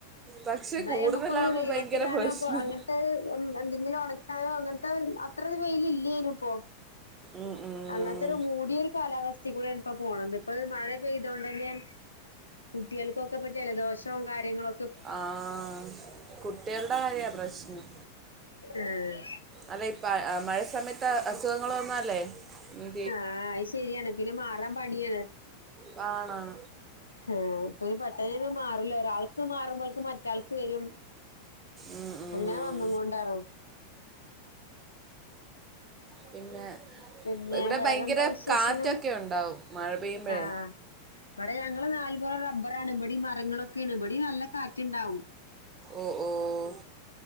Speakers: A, on the right; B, on the left.
A: പക്ഷെ
B: എന്നാൽ
A: കൂടുതലാകുമ്പോൾ
B: ഞമുക്കൊന്ന് വെയില
A: ഭയങ്കര
B: എത്തിടാനോ
A: പ്രശ്നം
B: അപ്പ അങ്ങനത്തെ എന്തെങ്കിലും ഉണക്കാനോ അങ്ങന ത്ത അത്ര വെയില ഇല്ലായിനും ഇപ്പൊ.
A: ഉം, ഉം.
B: അങ്ങൻത്തൊരു മൂടിയൊരു കാലാവസ്ഥി കൂടെ ഇപ്പൊ പോണം ഇപ്പൊ മഴ പെയ്തൊണ്ടെന്നെ കുട്ട്യേൾക്കൊക്കെ ഇപ്പ ജലദോഷം കാര്യങ്ങളൊ
A: ആഹ് കുട്ട്യൾടെ കാര്യ പ്രശ്നം
B: ആഹ്
A: അല്ല ഇപ്പ മഴ സമയത്ത് അസുഖങ്ങൾ വന്നല്ലേ ഉം
B: ആഹ് അഅ് ശെര്യാണ് പിന്നെ മാറാൻ പാ ഇങ്ങനെ
A: കാണാം
B: ഓ ഇപ്പ ഈ പെട്ടണൊന്നും മാറൂല ഒരാൾക്ക് മാറുമ്പോൾക്ക് മറ്റാൾക്ക് വരും
A: ഉം, ഉം.
B: അങ്ങനെ വന്ന് കൊണ്ടാണോ
A: പിന്നെ
B: പിന്നെ
A: ഇവിടെ
B: വേറെന്താ
A: ഭയങ്കര
B: വിശേഷണം
A: കാറ്റൊക്കെ ഉണ്ടാവും മഴ പെയ്യുമ്പോഴേ
B: ആഹ് ഇവടെ ഞങ്ങള് നാല് പറ റബ്ബർ ണ് ഇബടിം മരങ്ങളൊക്കെ ആണ് ഇബടിം നല്ല കാറ്റിണ്ടാവും
A: ഓഹ് ഓഹ്